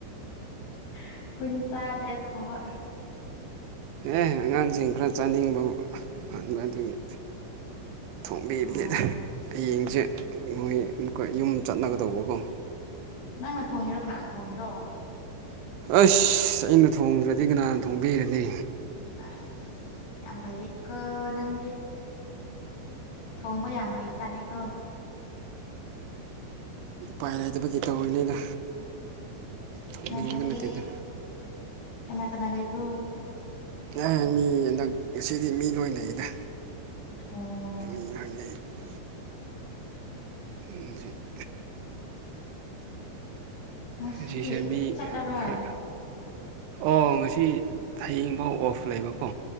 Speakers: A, on the left; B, on the right.
A: ꯑꯩꯈꯣꯏꯗꯤ ꯆꯥꯗꯦ ꯑꯗꯨꯒꯨꯝꯕ
B: ꯑꯦ ꯑꯉꯥꯡꯁꯤꯡ ꯈꯔ ꯆꯥꯅꯤꯡꯕ ꯍꯥꯟꯕ ꯑꯗꯨꯒꯤ ꯊꯣꯡꯕꯤꯕꯅꯤꯗ
A: ꯑꯣ
B: ꯍꯌꯦꯡꯁꯦ ꯃꯣꯏ ꯑꯃꯨꯛꯀ ꯌꯨꯝ ꯆꯠꯅꯒꯗꯧꯕꯀꯣ
A: ꯅꯪꯅ ꯊꯣꯡꯉꯤꯔꯣ ꯀꯅꯥꯅ ꯊꯣꯡꯉꯤꯔꯣ
B: ꯑꯁ ꯑꯩꯅ ꯊꯣꯡꯗ꯭ꯔꯗꯤ ꯀꯅꯥꯅ ꯊꯣꯡꯕꯤꯒꯅꯤ
A: ꯑꯁ ꯌꯥꯝ ꯐꯩꯌꯦꯀꯣ ꯅꯪꯗꯤ ꯊꯣꯡꯕ ꯌꯥꯝ ꯍꯩꯕ ꯖꯥꯠꯅꯤꯀꯣ
B: ꯏꯄꯥꯏ ꯂꯩꯗꯕꯒꯤ ꯇꯧꯔꯤꯅꯤꯗ ꯊꯣꯡꯅꯤꯡꯕ
A: ꯌꯥꯝ ꯐꯩꯌꯦ
B: ꯅꯠꯇꯦꯗ
A: ꯀꯅꯥ ꯀꯅꯥ ꯂꯩꯕ꯭ꯔꯣ
B: ꯑꯦ ꯃꯤ ꯍꯟꯗꯛ ꯉꯁꯤꯗꯤ ꯃꯤ ꯂꯣꯏ ꯂꯩꯗ
A: ꯑꯣ
B: <unintelligible> <unintelligible>
A: ꯉꯁꯤꯗꯤ
B: ꯑꯁꯤꯖꯤꯁꯦ ꯃꯤ
A: ꯆꯠꯂꯔꯣꯏ
B: ꯈꯔ ꯑꯣ ꯉꯁꯤ ꯍꯌꯦꯡꯐꯥꯎ ꯑꯣꯐ ꯂꯩꯕꯀꯣ